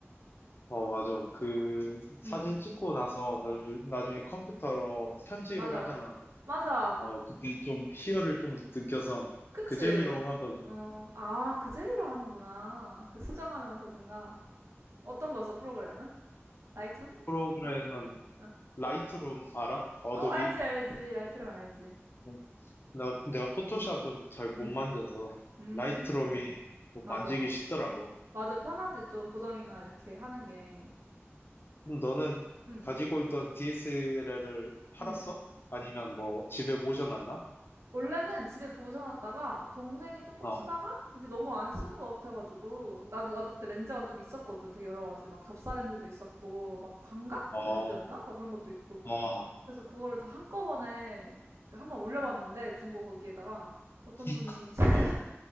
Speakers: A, on the left; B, on the right.
A: 어, 맞아. 그 사진
B: 음,
A: 찍고 나서 나주- 나중에 컴퓨터로 편집을
B: 맞아.
A: 하잖아.
B: 맞아.
A: 어, 그때 좀 희열을 좀 느껴서
B: 그치?
A: 그 재미로 하거든.
B: 어, 아, 그 재미로 하는구나. 그 수정하면서 뭔가. 어떤 거였어, 프로그램은? 라이트룸?
A: 프로그램은
B: 어.
A: 라이트룸 알아? 어도비?
B: 어, 알지, 알지. 라이트룸 알지.
A: 어, 나, 내가 포토샵은 잘 못
B: 응.
A: 만져서
B: 음,
A: 라이트룸이 뭐
B: 맞아.
A: 만지기 쉽더라고.
B: 맞아. 편하지, 좀 보정이나 이렇게 하는 게.
A: 그럼 너는
B: 응,
A: 가지고 있던 DSLR을 팔았어?
B: 응.
A: 아니면 뭐 집에 모셔놨나?
B: 원래는 집에 보셔놨다가 동생이 조금
A: 어,
B: 쓰다가 이제 너무 안 쓰는 것 같아가지고 나도 나도 그때 렌즈가 좀 있었거든 되게 여러 가지 막 접사 렌즈도 있었고 막 광각
A: 어,
B: 렌즈였나 막 그런 것도 있고
A: 어,
B: 그래서 그거를 다 한꺼번에 한번 올려봤는데 중고 거기에다가 어떤
A: <laughs>
B: 분이 <laughs>
A: 어,